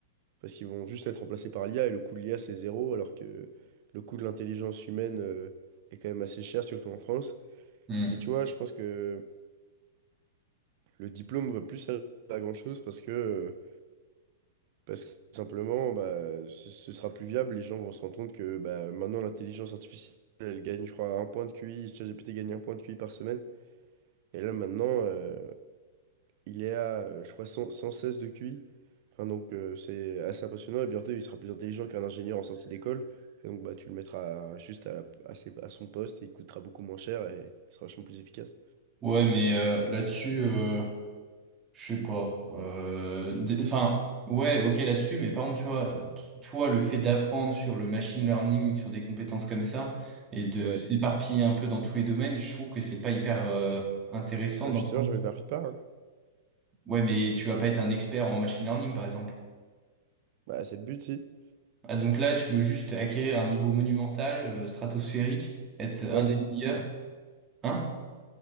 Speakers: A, on the right; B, on the right.
A: parce qu'ils vont juste être remplacés par l'IA et le coût de l'IA c'est zéro alors que le coût de l'intelligence humaine euh, est quand même assez cher, surtout en France.
B: Hmm.
A: Et tu vois, je pense que le diplôme va plus servir à grand-chose parce que euh, Parce que tout simplement, bah, ce, ce sera plus viable. Les gens vont se rendre compte que bah, maintenant, l'intelligence artificielle, elle gagne, je crois, un point de QI. ChatGPT gagne un point de QI par semaine. Et là, maintenant, euh, il est à, euh, je crois, cent cent seize de QI. Enfin, donc, euh, c'est assez impressionnant. Et bientôt, il sera plus intelligent qu'un ingénieur en sortie d'école. Et donc, bah, tu le mettras juste à, la- à, ses- à son poste. Et il coûtera beaucoup moins cher et il sera vachement plus efficace.
B: Ouais, mais euh, là-dessus, euh, je sais pas. Euh, d- Enfin, ouais, ok là-dessus, mais par contre, tu vois, t- toi, le fait d'apprendre sur le machine learning, sur des compétences comme ça, et de
A: Ouais.
B: s'éparpiller un peu dans tous les domaines, je trouve que c'est pas hyper euh, intéressant
A: Euh,
B: dans
A: Justement,
B: le sens.
A: je m'éparpille pas. hein.
B: Ouais, mais tu vas pas être un expert en machine learning, par exemple.
A: Bah, c'est le but, si.
B: Ah, donc là, tu veux juste acquérir un niveau monumental, euh, stratosphérique, être un
A: Ouais, exactement.
B: des meilleurs. Hein?